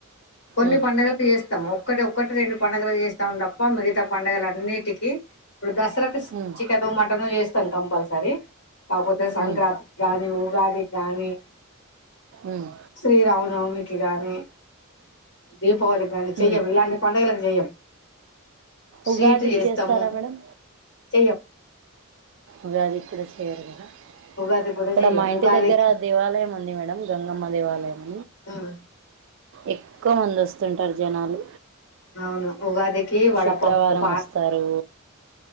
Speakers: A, on the left; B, on the right.
A: కొన్ని
B: ఉమ్
A: పడుగలు చేస్తాము ఒక్క ఒకటి రెండు పండడుగలు చేస్తాం తప్ప మిగతా పండుగల అన్నిటికీ ఇప్పుడు దసరాకు
B: ఉమ్
A: చికెను మటన్ చేస్తాను కంపల్సరీ కాకపోతే సంక్రాంతి
B: ఉమ్
A: కాగానీ ఉగాది గానీ
B: ఉమ్
A: శ్రీరామనవమికి గాని దీపావళి కాగాని చెయ్యం
B: ఉమ్
A: ఇలాంటి చెయ్య స్వీట్
B: ఉగాదికి
A: చేస్తాము
B: చేస్తారా మేడం
A: చెయ్యం
B: ఉగాది కూడా చెయ్యరు కదా
A: ఉగాది కూడా
B: ఇక్కడ
A: చెయ్యం
B: మా ఇంటి
A: ఉగాదికి
B: దగ్గర దేవాలయం ఉంది మేడం గంగమ్మ దేవాలయం
A: బార్
B: ఎక్కువ మంది వస్తుంటారు జనాలు
A: అవును ఉగాదికి వడపప్పు
B: శుక్రవారం
A: పా
B: వస్తారు